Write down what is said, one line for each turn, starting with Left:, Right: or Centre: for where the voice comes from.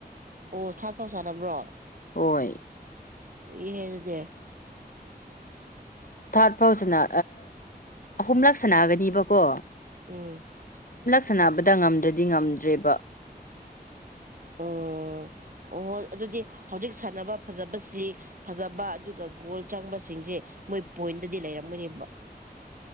Right: ꯑꯣ ꯁꯥꯇꯧ ꯆꯥꯟꯅꯕ꯭ꯔꯣ
Left: ꯍꯣꯏ
Right: ꯏ ꯍꯥꯏꯔꯗꯤ
Left: ꯊꯥꯔꯠ ꯐꯥꯎꯁꯤꯅ ꯑꯍꯨꯝꯂꯛ ꯁꯅꯥꯒꯅꯦꯕꯀꯣ
Right: ꯎꯝ
Left: ꯁꯥꯟꯅꯕꯗ ꯉꯝꯗ꯭ꯔꯗꯤ ꯉꯝꯗ꯭ꯔꯦꯕ
Right: ꯑꯣ ꯑꯣ ꯍꯣꯏ ꯑꯗꯨꯗꯤ ꯍꯧꯖꯤꯛ ꯁꯥꯟꯅꯕ ꯐꯖꯕꯁꯤ ꯐꯖꯕ ꯑꯗꯨꯒ ꯒꯣꯜ ꯆꯪꯕꯁꯤꯡꯁꯦ ꯃꯣꯏ ꯄꯣꯏꯟꯗꯗꯤ ꯂꯩꯔꯝꯒꯅꯦꯕ